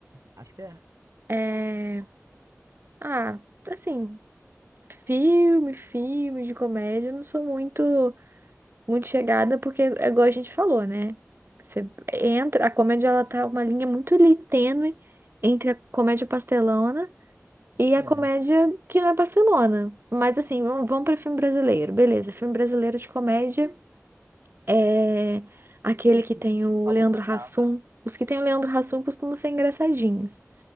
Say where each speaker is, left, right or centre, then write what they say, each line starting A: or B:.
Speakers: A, on the right (about 80°); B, on the right (about 45°).
A: acho que é.
B: É. Ah, assim, filme, filme de comédia, eu não sou muito. muito chegada, porque é igual a gente falou, né? Você entra, a comédia ela tá uma linha muito ali tênue entre a comédia pastelona e
A: É.
B: a comédia que não é pastelona. Mas assim, vamos, vamos para filme brasileiro. Beleza, filme brasileiro de comédia é aquele
A: Filmes
B: que
A: que
B: tem
A: eu
B: o Leandro
A: gostava,
B: Hassum. Os que tem o Leandro Hassum costumam ser engraçadinhos.